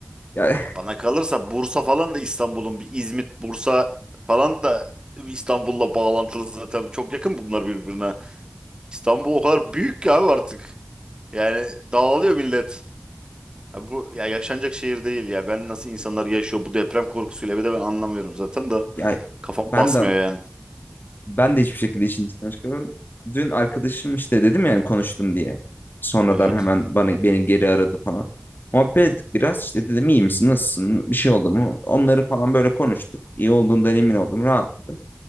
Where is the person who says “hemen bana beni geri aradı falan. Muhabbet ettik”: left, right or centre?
Left